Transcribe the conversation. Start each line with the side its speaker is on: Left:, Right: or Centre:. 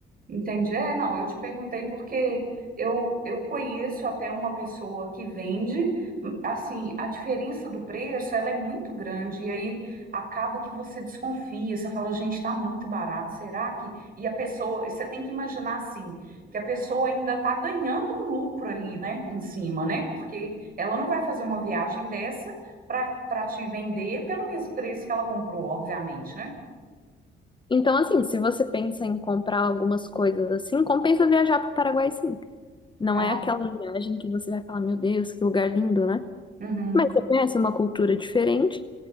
Right: Entendi. É, não, eu te perguntei porque eu, eu conheço até uma pessoa que vende, hum, assim, a diferença do preço, ela é muito grande, e aí acaba que você desconfia, você fala, gente, tá muito barato, será que... E a pessoa, e você tem que imaginar, assim, que a pessoa ainda tá ganhando um lucro ali, né, em cima, né, porque ela não vai fazer uma viagem dessa para para te vender pelo mesmo preço que ela comprou, obviamente, né?
Left: Então, assim, se você pensa em comprar algumas coisas assim, compensa viajar pro Paraguai, sim. Não
Right: Ah,
Left: é aquela viagem que você vai falar, meu Deus, que lugar lindo, né?
Right: uhum.
Left: Mas você conhece uma cultura diferente